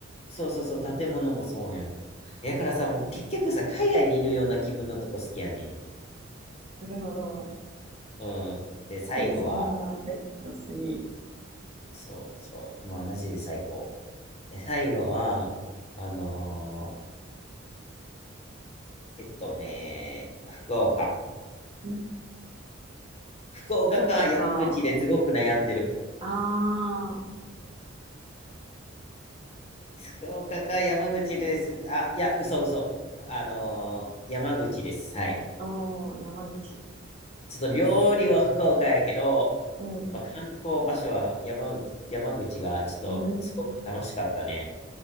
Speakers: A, on the left (about 30°); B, on the right (about 30°).
A: そうそうそう、
B: うん、
A: 建物もそうやん。やからさ、もう結局さ、海外にいるような気分のとこ好きやね。
B: なるほど。
A: うん。で、最後は、
B: で、そんなベスト3。
A: そうそう、まあマジで最高。で、最後は、あのーえっとね、福岡。
B: うん
A: 福岡か山口ですごく悩んでる。
B: 福岡か。あ
A: 福岡か山口です。あ、いや、嘘嘘。あのー山口です。はい。
B: あ、おー、山口。
A: ちょっと料理は福岡やけど、
B: うん、
A: やっぱ観光場所は山口、山口がちょっとすごく楽しかったね。
B: うん。